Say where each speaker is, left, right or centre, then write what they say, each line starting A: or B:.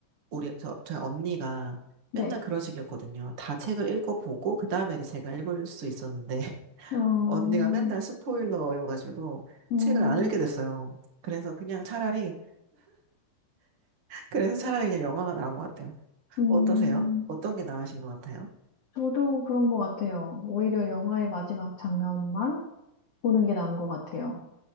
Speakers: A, on the right; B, on the left.
A: 우리, 저, 저희 언니가 맨날
B: 네.
A: 그런 식이었거든요. 다 책을 읽어보고, 그 다음에 이제 제가 읽을 수 있었는데, <laughs>
B: 음,
A: 언니가 맨날 스포일러여가지고,
B: 음,
A: 책을 안 읽게 됐어요. 그래서 그냥 차라리, 그래서 차라리 그냥 영화가 나은 것 같아요.
B: 음,
A: 어떠세요? 어떤 게 나으신 것 같아요?
B: 저도 그런 것 같아요. 오히려 영화의 마지막 장면만 보는 게 나은 것 같아요.